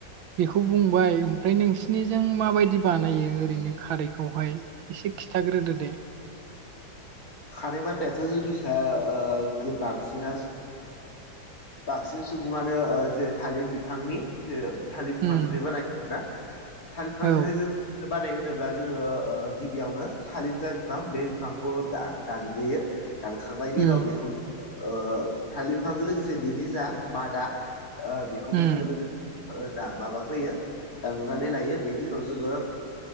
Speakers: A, on the right; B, on the left.
A: बेखौ बुंबाय ओमफ्राय नोंसिनिजों माबायदि बानायो ओरैनो खारैखौहाय एसे खिथाग्रोदो दे
B: खार बान्ायाथ' जोंनिसा बांसिन बांसिन सुबुङानो ज थालिर बिफांनि थालिर बिफांनिफ्राय
A: उम
B: बानाय आर ना थालिर बिफांनिफ्राय
A: औ
B: जों बानाय होनोब्ला जोङो गिबियावनो थालिर जा बिफां बे बिफांखौ द दानग्रोयो दानखांनायनि
A: उम
B: उनाव बेखौ जोङो थालिर फांजों लोगोसे बेनि जा मादा बेखौबो
A: उम
B: जोङो लोगोसे दा माबाग्रोयो दानगुनानै लायो बेनि उनाव जोङो